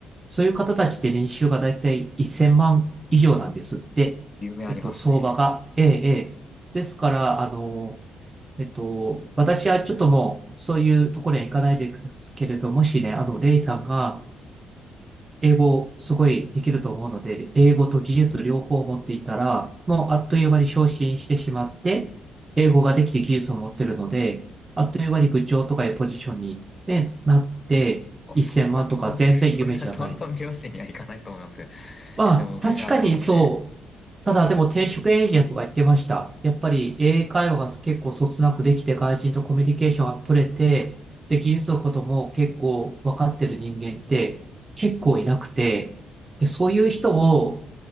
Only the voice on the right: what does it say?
そういう方たちって年収が大体1000万以上なんですって。
えっと、相場が。ええ、ええ。ですから、あの、えっと、私はちょっともう、そういうところには行かないですけれど、もしね、あの、レイさんが、英語すごいできると思うので、英語と技術両方持っていたら、もうあっという間に昇進してしまって、英語ができて技術を持ってるので、あっという間に部長とかいうポジションに、ね、なって、
1000万とか全然夢じゃない。
まあ、
確かにそう。ただ、でも転職エージェントが言ってました。やっぱり英会話が結構そつなくできて、外人とコミュニケーションが取れて、で、技術のことも結構分かってる人間って結構いなくて、で、そういう人を